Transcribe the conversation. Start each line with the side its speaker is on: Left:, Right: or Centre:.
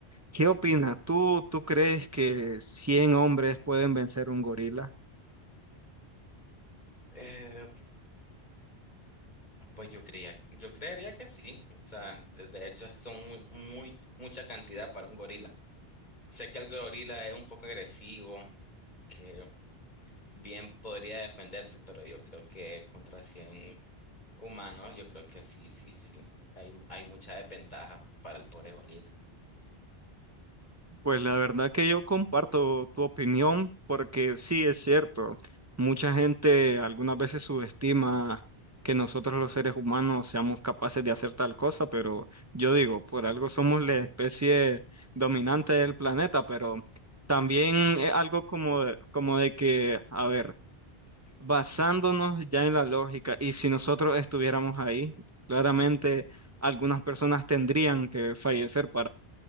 Right: ¿qué opinas? ¿Tú, tú crees que 100 hombres pueden vencer un gorila?
Left: Eh, pues yo creía, yo creería que sí. O sea, de, de hecho son muy, muy, mucha cantidad para un gorila. Sé que el gorila es un poco agresivo, que bien podría defenderse, pero yo creo que contra 100 Humanos, yo creo que sí, sí, sí. Hay, hay mucha desventaja para el pobre Bolívar.
Right: Pues la verdad que yo comparto tu opinión porque sí es cierto, mucha gente algunas veces subestima que nosotros los seres humanos seamos capaces de hacer tal cosa, pero yo digo, por algo somos la especie dominante del planeta, pero también es algo como, de- como de que, a ver, basándonos ya en la lógica y si nosotros estuviéramos ahí, claramente algunas personas tendrían que fallecer